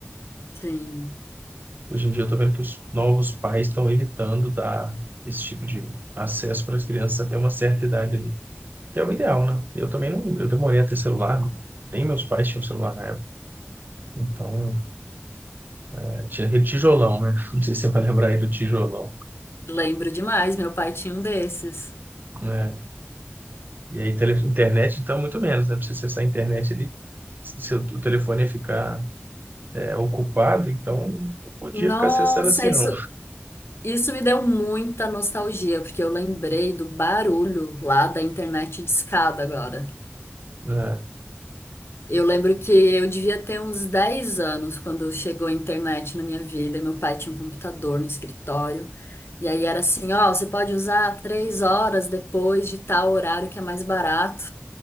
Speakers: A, on the left; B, on the right.
A: Sim,
B: Hoje em dia eu tô vendo que os novos pais estão evitando dar esse tipo de acesso para as crianças até uma certa idade ali, que é o ideal, né? Eu também não, eu demorei a ter celular, nem meus pais tinham celular na época. Então, é, tinha aquele tijolão, né? <laughs> Não sei se você vai lembrar aí do tijolão,
A: lembro demais, meu pai tinha um desses.
B: né? E aí, tele- internet, então, muito menos, né? Pra você acessar a internet, ele se seu o telefone ia ficar é, ocupado, então não podia
A: Nossa,
B: ficar acessando assim,
A: isso,
B: não.
A: Isso me deu muita nostalgia, porque eu lembrei do barulho lá da internet discada agora.
B: né?
A: Eu lembro que eu devia ter uns 10 anos quando chegou a internet na minha vida, e meu pai tinha um computador no escritório. E aí era assim, ó, você pode usar três horas depois de tal horário que é mais barato.